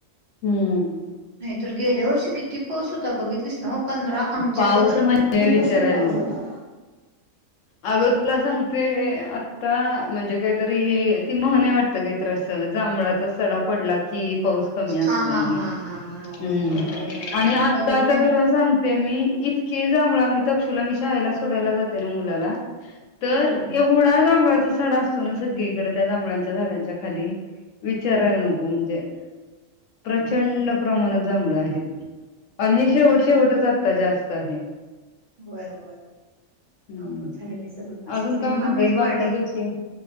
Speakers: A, on the left (about 75°); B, on the right (about 55°).
A: हम्म.
B: तर गेल्या वर्षी किती पाऊस होता, बघितलीस ना? पंधरा आमच्याकडे
A: पाऊस
B: तर
A: म्हणे
B: मे
A: विचारायला
B: पासून पाऊस
A: नको?
B: होता.
A: अगं तुला सांगते आता म्हणजे काहीतरी ही ती म्हण आहे, वाटतं काहीतरी अस जांभळात. असं सडा पडला. कि पाऊस कमी असतो
B: हा हा
A: म्हणेह
B: हा हा हा होय
A: हम
B: होय होय
A: आणि आता
B: बघितलं
A: तर तुला
B: मी
A: सांगते. ते मी इतके जांभुळ आहे, आम्ही तक्षुला मी शाळेला सोडायला जाते ना मुलाला. तर
B: हम्म
A: एवढा जांभुळ तो सडा असतो ना सगळीकडे त्या जांभळ्यांच्या झाडांच्या खाली विचारायला
B: होय
A: नको म्हणजे! प्रचंड
B: हम्म
A: प्रमाणात जांभळ आहेत, अन्
B: बघकी
A: शेवट शेवटचं. येथे जास्त आहे.
B: होय होय अवघड
A: हम्म
B: झालंय बाई सगळं असं
A: अजून काय
B: महागाई
A: म्हणतेस बाकी
B: वाढत.
A: कसे